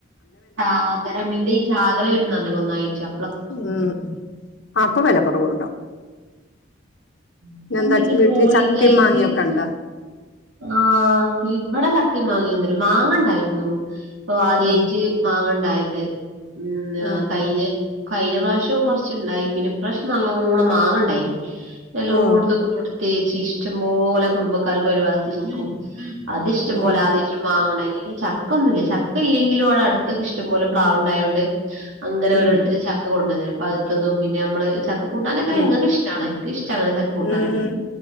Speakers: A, on the right; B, on the left.
A: <unintelligible> മീൻ്റെ ഈ ചാകര വരുന്നോണ്ട് ഒന്നായിട്ടാ
B: ഉമ് അപ്പൊ വില കുറവ് ഉണ്ടാവും
A: ഇപ്പംപിന്നെ
B: എന്താ വീട്ടില്
A: ട്രോളിങ്
B: ചക്കയും
A: ആയിട്ട്
B: മാങ്ങയൊക്കെ ഇണ്ടാ
A: ആഹ് ഇവിടെ ചക്കയും മാങ്ങയൊന്നുല്ല മാങ്ങണ്ടായിരുന്നു ഇപ്പോ ആദ്യയിട്ട്
B: ഉം
A: മാങ്ങണ്ടായത് പിന്ന
B: ആഹ്
A: കഴിഞ്ഞ
B: ആഹ്
A: കഴിഞ്ഞ പ്രാവശ്യവും കുറച്ചുണ്ടായി പിന്നെ ഇപ്രാവശ്യം നല്ലോണം മാങ്ങ ഇണ്ടായിനി എല്ലോടത്തും
B: ഓഹ്
A: കൊടുത്തേച്ചു ഇഷ്ടം പോലെ കുടുംബക്കാർക്കും അയൽവാസിക്കും അത് ഇഷ്ടം
B: ഉം
A: പോലെ ആദ്യായിട്ടൊരു മാങ്ങണ്ടായ്ന് ഇചക്കൊന്നുല്യ ചക്ക ല്ല്യങ്കിലുവ്ടട്ത്തൊക്കെഷ്ട്ടം പോല പ്ലാവ്ണ്ടായോണ്ട്. അങ്ങനെ ഓരോര്ത്തര്
B: ഉം
A: ചക്ക കൊണ്ടന്നേരും പഴ്ത്തതും പിന്നെ മ്മള് ചക്കകു കൂട്ടാനൊക്കെ
B: ഉം
A: ഇങ്ങക്ക് ഇഷ്ടാണ്. ഇൻക്ക് ഇഷ്ടാ അങ്ങനെ ചക്ക കൂട്ടാനൊക്കെ.
B: ഉം